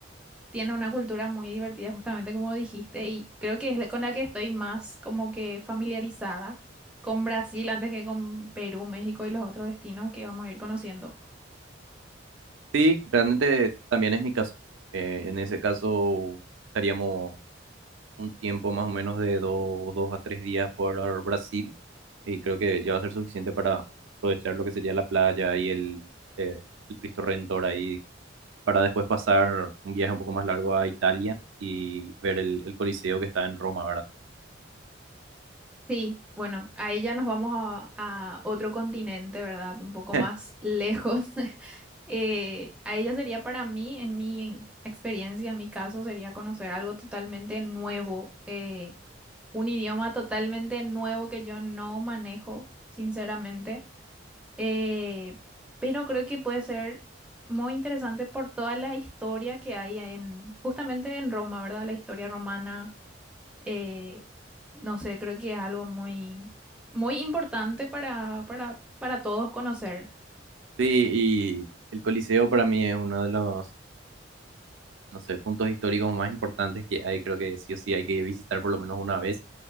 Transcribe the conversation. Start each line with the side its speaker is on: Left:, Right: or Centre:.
Centre: tiene una cultura muy divertida, justamente como dijiste, y creo que es la- con la que estoy más como que familiarizada con Brasil antes que con Perú, México y los otros destinos que vamos a ir conociendo.
Right: Sí, realmente también es mi caso. Eh, en ese caso estaríamos un tiempo más o menos de dos, dos a tres días por Brasil y creo que ya va a ser suficiente para aprovechar lo que sería la playa y el, eh, el Cristo Redentor ahí para después pasar un viaje un poco más largo a Italia y ver el, el Coliseo que está en Roma, ¿verdad?
Centre: Sí, bueno, ahí ya nos vamos a, a otro continente, ¿verdad? Un poco
Right: <laughs>
Centre: más lejos. <laughs> Eh, ahí ya sería para mí, en mi experiencia, en mi caso, sería conocer algo totalmente nuevo, eh, un idioma totalmente nuevo que yo no manejo, sinceramente. Eh, pero creo que puede ser muy interesante por toda la historia que hay en, justamente en Roma, ¿verdad? La historia romana eh, no sé, creo que es algo muy, muy importante para, para, para todos conocer.
Right: Sí, y el Coliseo para mí es uno de los, no sé, puntos históricos más importantes que hay, creo que sí o sí hay que visitar por lo menos una vez.